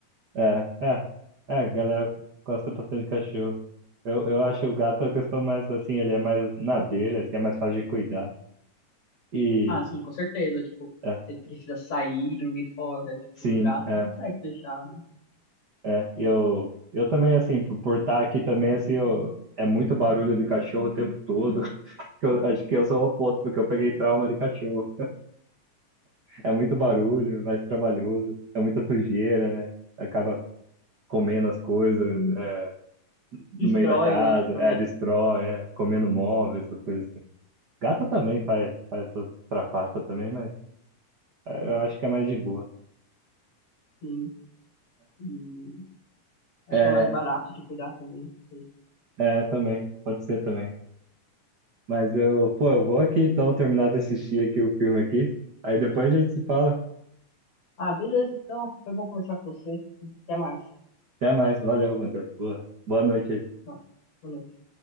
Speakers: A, on the right; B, on the left.
A: É, é, é, a galera gosta bastante de cachorro. Eu, eu acho o gato a questão mais, assim, ele é mais na dele, assim, é mais fácil de cuidar. E,
B: Ah, sim, com certeza. Tipo,
A: é,
B: você precisa sair, dormir fora. Tipo,
A: sim,
B: o gato
A: é,
B: você consegue deixar, né?
A: é. E eu, eu também, assim, por, por estar aqui também, assim, eu, é muito barulho de cachorro o tempo todo. <laughs> Eu, acho que eu sou o oposto, porque eu peguei trauma de cachorro. É muito barulho, é mais trabalhoso, é muita sujeira, né? Acaba comendo as coisas
B: E
A: é, no
B: destrói,
A: meio da casa,
B: né? Tipo,
A: é,
B: né?
A: destrói, é, comendo móveis, essas coisas assim. Gata também faz, faz essas trapaças também, mas é, eu acho que é mais de boa.
B: Sim. E acho
A: É,
B: que é mais barato de cuidar também. não sei.
A: é, também, pode ser também. Mas eu, pô, eu vou aqui então terminar de assistir aqui o filme aqui, aí depois a gente se fala.
B: Ah, beleza, então. Foi bom conversar com você. Até mais.
A: Até mais, valeu, Matheus. Boa, boa noite aí.
B: Tá. Boa noite.